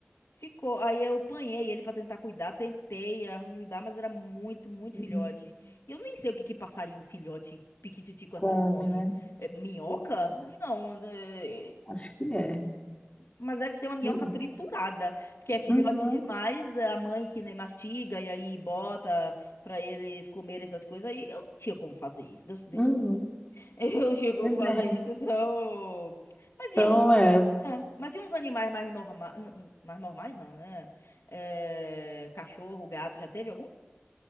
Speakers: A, on the left; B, on the left.
A: ficou. Aí eu apanhei ele pra tentar cuidar, tentei ajudar, mas era muito, muito
B: Uhum.
A: filhote. E eu nem sei o que que passarinho filhote piquititico assim
B: Come,
A: come.
B: né?
A: É, minhoca?
B: Pois é.
A: Não, é.
B: Acho que é.
A: Mas deve ser uma minhoca
B: Uhum,
A: triturada, porque é filhote
B: uhum.
A: demais, é a mãe que nem mastiga e aí bota pra eles comerem essas coisas, aí eu não tinha como fazer isso, Deus, Deus,
B: Uhum.
A: <laughs> eu não tinha como
B: Pois
A: fazer
B: é.
A: isso, então... Mas
B: Então,
A: e uns,
B: é.
A: é, mas e uns animais mais normais, mais normais não, né? É, cachorro, gato, já teve algum?